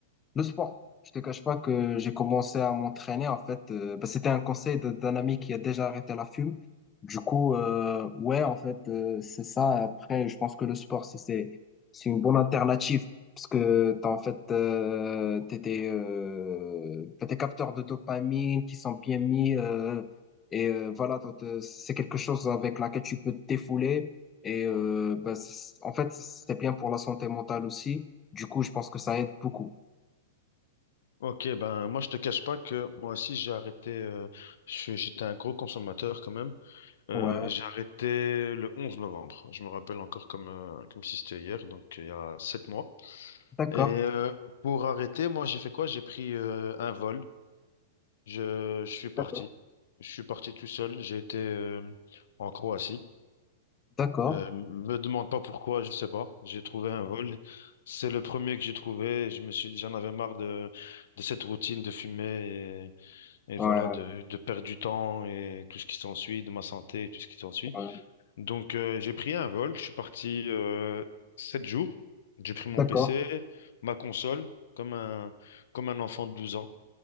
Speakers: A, on the left (about 20°); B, on the left (about 70°).
A: Le sport. Je te cache pas que j'ai commencé à m'entraîner en fait. euh, bah, c'était un conseil de- d'un ami qui a déjà arrêté la fume. Du coup, euh, ouais, en fait, euh, c'est ça. Après, je pense que le sport, c'est c'est c'est une bonne alternative parce que t'as en fait euh, t'es des euh, t'as des capteurs de dopamine qui sont bien mis euh, et euh, voilà, donc, euh, c'est quelque chose avec laquelle tu peux te défouler et euh, bah, c'est- en fait, c'est bien pour la santé mentale aussi. Du coup, je pense que ça aide beaucoup.
B: Ok, ben moi je te cache pas que moi aussi j'ai arrêté, euh, je- j'étais un gros consommateur quand même. Euh,
A: Ouais,
B: j'ai arrêté le 11 novembre, je me rappelle encore comme, euh, comme si c'était hier, donc il y a sept mois.
A: d'accord,
B: Et euh, pour arrêter, moi j'ai fait quoi? J'ai pris euh, un vol. Je, je suis parti.
A: d'accord,
B: Je suis parti tout seul. J'ai été euh, en Croatie.
A: d'accord,
B: Euh, me demande pas pourquoi, je sais pas. J'ai trouvé un vol. C'est le premier que j'ai trouvé. Je me suis dit, j'en avais marre de, de cette routine de fumer et, et voilà,
A: ouais,
B: de, de perdre du temps et tout ce qui s'ensuit, de ma santé et tout ce qui s'ensuit.
A: ouais,
B: Donc, euh, j'ai pris un vol. Je suis parti euh, sept jours. J'ai pris mon
A: d'accord,
B: PC, ma console, comme un, comme un enfant de 12 ans.